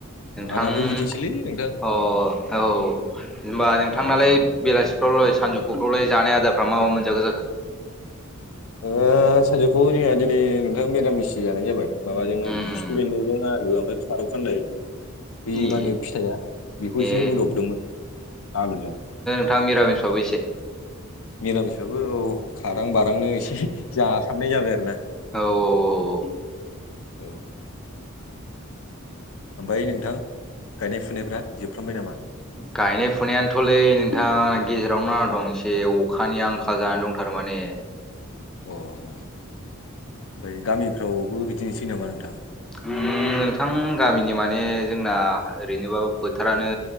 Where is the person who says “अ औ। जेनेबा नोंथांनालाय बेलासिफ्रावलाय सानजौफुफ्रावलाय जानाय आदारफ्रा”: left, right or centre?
Centre